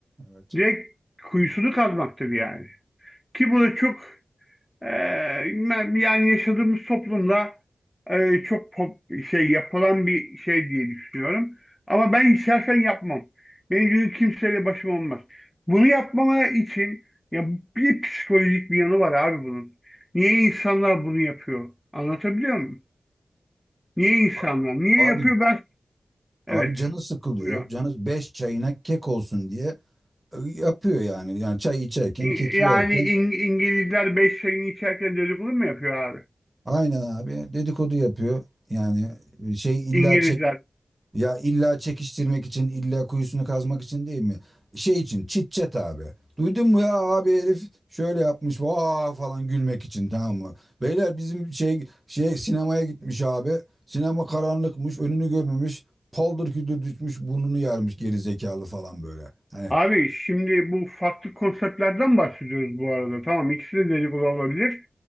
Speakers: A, on the right; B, in the centre.
A: Evet.
B: direkt kuyusunu kazmaktır yani ki bu da çok ee, yani yaşadığımız toplumda e, çok pop, şey yapılan bir şey diye düşünüyorum. Ama ben şahsen yapmam. Benim gibi kimseyle başım olmaz. Bunu yapmama için ya bir psikolojik bir yanı var abi bunun. Niye insanlar bunu yapıyor? Anlatabiliyor muyum? Niye insanlar?
A: A-
B: Niye yapıyor
A: Abi
B: ben? Evet.
A: abi canı sıkılıyor.
B: Buyurun.
A: Canı beş çayına kek olsun diye e, yapıyor yani. Yani çay içerken,
B: İ-
A: keki
B: Yani
A: yerken
B: İng- İngilizler beş çayını içerken dedikodu mu yapıyor abi?
A: Aynen abi dedikodu yapıyor. Yani e, şey illa
B: İngilizler
A: çek ya illa çekiştirmek için illa kuyusunu kazmak için değil mi? Şey için chit chat abi. Duydun mu ya abi herif şöyle yapmış vaa falan gülmek için tamam mı? Beyler bizim şey şey sinemaya gitmiş abi. Sinema karanlıkmış önünü görmemiş. Paldır küldür düşmüş burnunu yarmış geri zekalı falan böyle. Hani
B: Abi şimdi bu farklı konseptlerden bahsediyoruz bu arada. Tamam ikisi de dedikodu olabilir.